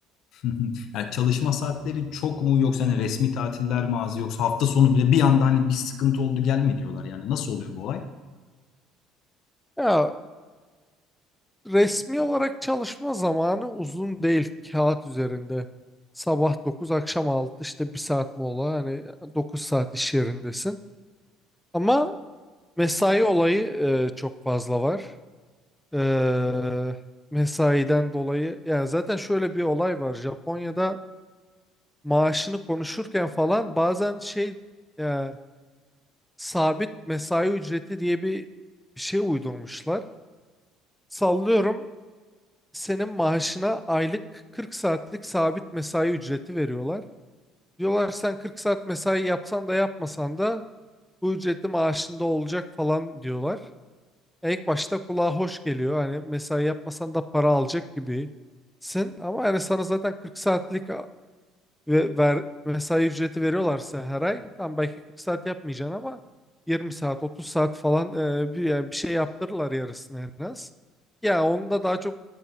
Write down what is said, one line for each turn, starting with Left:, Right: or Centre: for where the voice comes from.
Left: <laughs> Yani çalışma saatleri çok mu yoksa hani resmi tatiller mi az yoksa hafta sonu bile bir anda hani bir sıkıntı oldu gelme diyorlar yani nasıl oluyor bu olay?
Centre: Ya resmi olarak çalışma zamanı uzun değil kağıt üzerinde. Sabah dokuz akşam altı işte bir saat mola hani 9 saat iş yerindesin. Ama mesai olayı e, çok fazla var. E, mesaiden dolayı yani zaten şöyle bir olay var. Japonya'da maaşını konuşurken falan bazen şey e, sabit mesai ücreti diye bir bir şey uydurmuşlar. Sallıyorum senin maaşına aylık 40 saatlik sabit mesai ücreti veriyorlar. Diyorlar sen 40 saat mesai yapsan da yapmasan da bu ücreti maaşında olacak falan diyorlar. E, İlk başta kulağa hoş geliyor. Hani mesai yapmasan da para alacak gibisin. Ama yani sana zaten 40 saatlik ve ver, mesai ücreti veriyorlarsa her ay tam belki 40 saat yapmayacaksın ama 20 saat 30 saat falan e, bir, yani bir şey yaptırırlar yarısını en az. Ya onu da daha çok